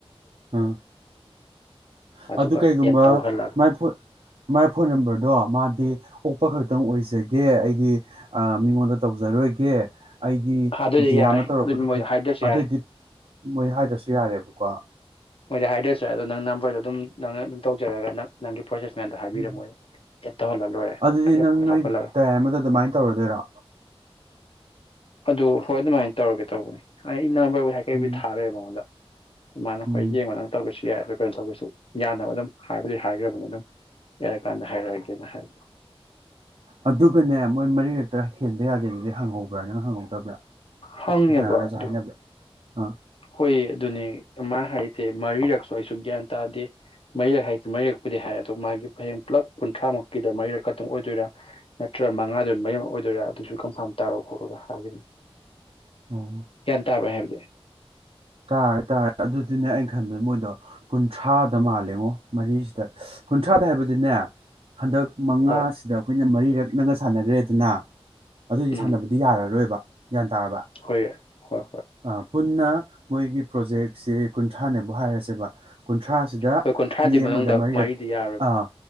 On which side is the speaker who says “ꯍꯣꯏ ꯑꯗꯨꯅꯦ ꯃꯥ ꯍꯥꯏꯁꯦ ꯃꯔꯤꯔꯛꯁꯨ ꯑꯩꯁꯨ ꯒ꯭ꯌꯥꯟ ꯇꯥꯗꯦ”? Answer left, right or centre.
Left